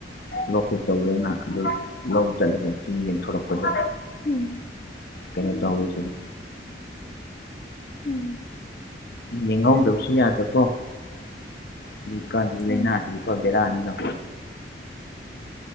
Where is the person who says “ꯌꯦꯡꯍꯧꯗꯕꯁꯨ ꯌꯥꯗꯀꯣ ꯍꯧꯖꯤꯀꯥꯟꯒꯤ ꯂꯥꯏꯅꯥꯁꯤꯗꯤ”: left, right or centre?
Left